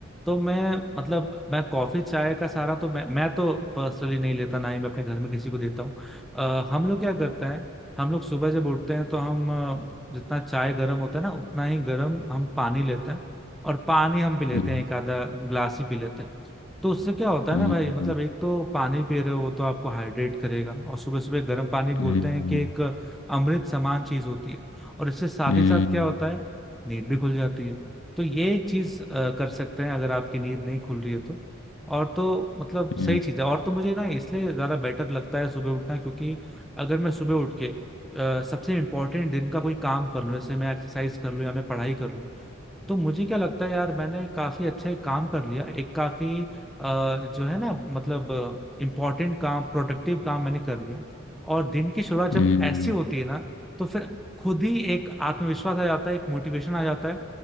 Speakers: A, in the centre; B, on the left.
A: तो मैं मतलब मैं कॉफी चाय का सहारा तो मैं मैं तो पर्सनली नहीं लेता ना ही मैं अपने घर में किसी को देता हूँ अ, हम लोग क्या करते हैं हम लोग सुबह जब उठते हैं तो हम अ, जितना चाय गर्म होता है ना उतना ही गर्म हम पानी लेते हैं और पानी हम पी लेते
B: हम्म,
A: हैं एक आधा ग्लास ही पी लेते हैं तो उससे क्या होता है
B: हम्म,
A: ना भाई मतलब एक तो पानी पी रहे हो तो आपको हाइड्रेट करेगा और सुबह सुबह गर्म पानी बोलते
B: हम्म,
A: हैं कि एक अमृत समान चीज होती है और इससे साथ
B: हम्म,
A: ही साथ क्या होता है नींद भी खुल जाती है तो ये एक चीज अ, कर सकते हैं अगर आपकी नींद नहीं खुल रही है तो और तो मतलब सही
B: हम्म,
A: चीज है और तो मुझे ना इसलिए ज्यादा बेटर लगता है सुबह उठना क्योंकि अगर मैं सुबह उठ के अ, सबसे इम्पोर्टेंट दिन का कोई काम कर लूँ जैसे मैं एक्सरसाइज कर लूँ या मैं पढ़ाई कर लूँ तो मुझे क्या लगता है यार मैंने काफी अच्छा एक काम कर लिया एक काफी आ, जो है ना मतलब इम्पोर्टेंट काम प्रोडक्टिव काम मैंने कर लिया और दिन की शुरुआत जब
B: हम्म,
A: ऐसी
B: हम्म,
A: होती है ना तो फिर खुद ही एक आत्मविश्वास आ जाता है एक मोटिवेशन आ जाता है